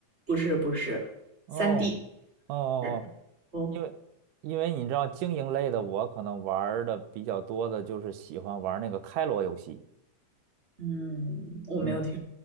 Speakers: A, on the right; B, on the right.
A: 不是不是，
B: 哦哦哦，
A: 三 D 然后
B: 因为因为你知道经营类的，我可能玩儿的比较多的就是喜欢玩儿那个开罗游戏。
A: 嗯，我没有听
B: 嗯。